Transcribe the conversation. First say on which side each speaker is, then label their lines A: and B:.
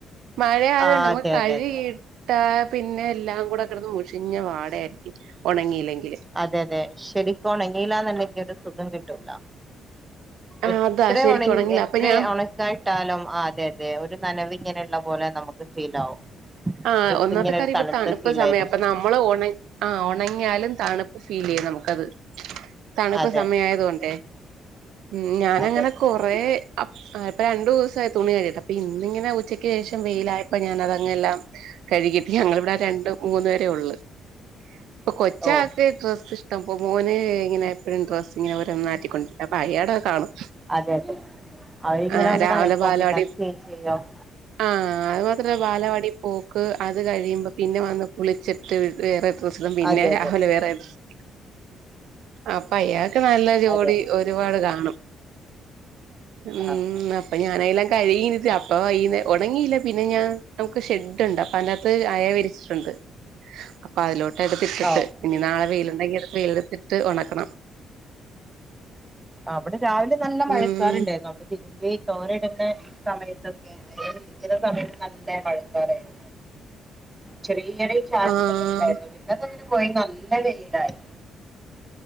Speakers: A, on the right; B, on the right.
A: മഴ ആതുണ്ട്
B: ആഹ്
A: നമ്മ
B: അതെ
A: കഴിട്ട
B: അതെ അതെ
A: പിന്നെ എല്ലാം കൂടെകിടന്ന് മുഷിഞ്ഞ വാട ആയിരിക്കും ഉണങ്ങിയില്ലെങ്കില്
B: അതെ അതെ ശരിക്കോണ ങ്ങീ ലാന്നണ്ടെങ്കി ഒരു സുഖം കിട്ടൂല
A: ആ
B: എത്രവോണങ്ങി
A: അതാ ശരിക്കും ഉണങ്ങില്ല
B: എത്ര
A: അപ്പൊ ഞാൻ
B: ഒണ കാൻ ട്ടാലും ആഹ് അതെ അതെ ഒരു നനവി ങ്ങനെള്ള പോലെ നമുക്ക് ഫീൽ ആവും
A: ആഹ്
B: ഡ്രസ്സ്
A: ഒന്നാത്തെ
B: ഇങ്ങനെ
A: കര്യപ്പോ
B: ഒരു തണുത്ത
A: തണുപ്പ്
B: ഫീൽ
A: സമയം
B: ആയിരിക്കും
A: പ്പ നം മ്മള്ണ ഒണ ആഹ് ഒണങ്ങിയാലും തണുപ്പ് ഫീലെയ്യും നമുക്കത് തണുപ്പ്
B: അതെ
A: സമയായതോണ്ടേ ഉം ഞാനങ്ങനെ
B: അതെ അതെ അതെ
A: കൊറേ അപ് ഇപ്പൊ രണ്ടൂസയി തുണി കഴിയിട്ട് അപ്പൊ ഇന്നിങ്ങനെ ഉച്ചക്ക് ശേഷം വെയില ആയപ്പോ ഞാന അതങ്ങ കഴുകിട്ട് ഞങ്ങളിവിടെ രണ്ട മൂന്ന് പേരെ ഉള്ളു ഇപ്പൊ കൊച്ച
B: ഓ
A: ട്ട് ഡ്രസ്ഷ്ടമ്പോലെ ഇങ്ങനെപ്പഴും ഡ്രസ് ങ്ങനെ ഒരേ മാറ്റിക്കൊണ്ട പയ്യട കാണും
B: അതെ അതെ അവരിങ്ങനെ
A: ആഹ്
B: ഒന്ന്
A: രാവിലെ
B: നനക്കും
A: പാലവാടി
B: പിന്നെ അത് ചേഞ്ച് ചെയ്യും
A: ആഹ് അത് മാത്രല്ല ബാലവാടി പോക്ക് അത് കഴിയുമ്പോ പിന്നെ വന്ന് കുളിച്ചി ട്ട് വേറെഡ്രസ്സ്‌ ടും പിന്നെ
B: അതെ
A: രാവിലെ
B: അതെ
A: വേറെ ഡ്രസ്സ് അപ്പൊ അയാൾക്ക് നല്ല ജോടി
B: അതെ
A: ഒരുപാട് കാണും ഉം
B: ആഹ്
A: അപ്പൊ ഞാനെല്ലാം കഴിയിണ്ത് അപ്പ വൈന്നെ ഉടങ്ങിയില്ല പിന്നെ ഞാൻ നമുക്ക് ഷെ ട്ടുണ്ട് പ്പനത്ത് അയെ വിരിച്ചിട്ടുണ്ട് അപ്പൊ അതിലോട്ട് എടുത്തിട്ടിട്ട്
B: ആഹ് ഓ
A: ഇനി നാളെ വെയിലുണ്ടെങ്കിൽ വെയിലത്തിട്ട് ഉണക്കണം
B: അഹ് ഇവിടെ രാവിലെ നല്ല മഴക്കാർ
A: ഉം
B: ണ്ടായിരുന്നു അവിടെ തിരുമ്പി തോരൻ ഇടുന്ന ഈ സമയത്തൊക്കെ അത് ഉചിത സമയത്ത് നല്ല മഴക്കാറാരുന്നു. ചെറിയ ചെറിയ ചാറ്റലങ്ങനെ
A: ആഹ്
B: ഉണ്ടായിരുന്നു, പിന്നത്ത അങ്ങനെ പോയി നല്ല വെയിലായി.